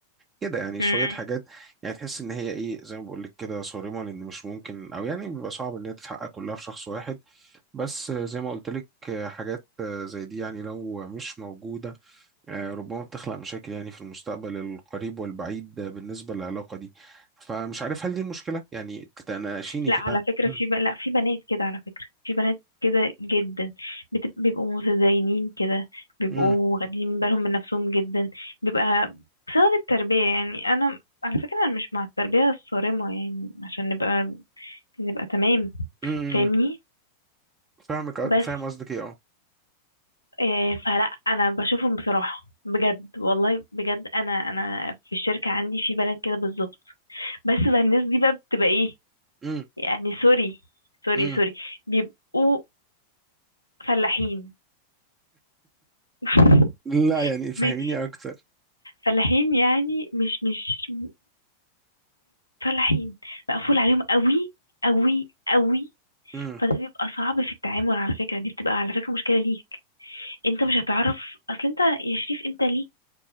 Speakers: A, on the right; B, on the left.
A: كده يعني
B: امم
A: شوية حاجات يعني تحس إن هي إيه زي ما بقول لك كده صارمة لأن مش ممكن أو يعني بيبقى صعب إن هي تتحقق كلها في شخص واحد بس زي ما قلت لك حاجات زي دي يعني لو مش موجودة آه، ربما بتخلق مشاكل يعني في المستقبل القريب والبعيد بالنسبة للعلاقة دي فمش عارف هل دي المشكلة يعني تناقشيني
B: لا
A: كده
B: على فكرة
A: مم.
B: في ب... لا في بنات كده على فكرة في بنات كده جدا بت... بيبقوا متدينين كده بيبقوا
A: مم.
B: واخدين بالهم من نفسهم جدا بيبقى بسبب التربية يعني أنا على فكرة أنا مش مع التربية الصارمة يعني عشان نبقى نبقى تمام
A: مم. مم.
B: فاهمني
A: فاهمك أ-
B: بس
A: فاهم قصدك إيه أه
B: إيه، فلا انا بشوفهم بصراحه بجد والله بجد انا انا في الشركه عندي في بنات كده بالظبط بس بقى الناس دي بقى بتبقى ايه
A: مم.
B: يعني سوري سوري
A: مم.
B: سوري بيبقوا فلاحين <laughs>
A: لا يعني فهميني
B: م-
A: أكتر
B: فلاحين يعني مش مش م- فلاحين مقفول عليهم قوي قوي قوي
A: مم.
B: فده بيبقى صعب في التعامل على فكره دي بتبقى على فكره مشكله ليك انت مش هتعرف اصل انت يا شريف انت ليك